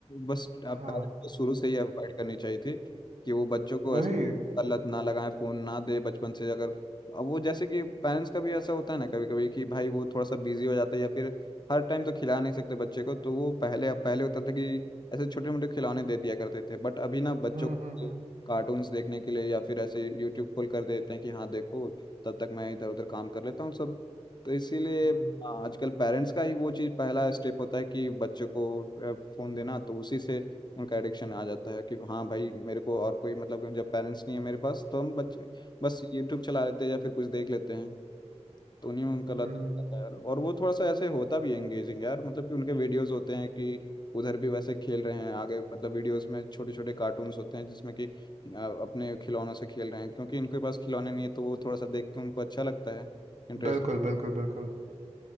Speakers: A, on the left; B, on the right.
A: बस आप
B: हाँ
A: पेरेंट्स को शुरू से ही अवॉइड करनी चाहिए थी कि वो बच्चों को
B: वही
A: ऐसा लत ना लगाएं फोन ना दे बचपन से अगर अब वो जैसे कि पेरेंट्स का भी ऐसा होता है ना कभी कभी कि भाई वो थोड़ा सा बिजी हो जाता है या फिर हर टाइम तो खिला नहीं सकते बच्चे को तो वो पहले पहले होता था कि ऐसे छोटे मोटे खिलौने दे दिया करते थे बट अभी ना बच्चों
B: हम्म
A: को
B: हम्म हम्म
A: कार्टून्स देखने के लिए या फिर ऐसे यूट्यूब खोल कर देते हैं कि हाँ देखो तब तक मैं इधर उधर काम कर लेता हूँ सब तो इसीलिए
B: हम्म
A: हाँ, आजकल पेरेंट्स का ही वो चीज पहला स्टेप होता है कि बच्चे को अ, फोन देना तो उसी से उनका एडिक्शन आ जाता है कि हाँ भाई मेरे को और कोई मतलब जब पेरेंट्स नहीं है मेरे पास तो हम बच्चे बस यूट्यूब चला लेते हैं या फिर कुछ देख लेते हैं तो उन्हीं में उनका
B: हम्म
A: लत लग जाता है यार और वो थोड़ा सा ऐसे होता भी है एंगेजिंग यार मतलब कि उनके वीडियोस होते हैं कि उधर भी वैसे खेल रहे हैं आगे मतलब वीडियोस में छोटे छोटे कार्टून्स होते हैं जिसमें कि अ, अपने खिलौनों से खेल रहे हैं क्योंकि इनके पास खिलौने नहीं है तो वो थोड़ा सा देख के उनको अच्छा लगता है इंटरेस्ट
B: बिल्कुल बिल्कुल बिल्कुल